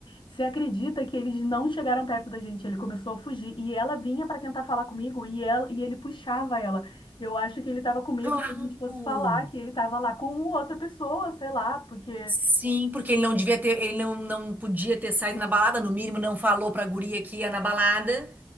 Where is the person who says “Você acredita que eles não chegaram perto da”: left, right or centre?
Left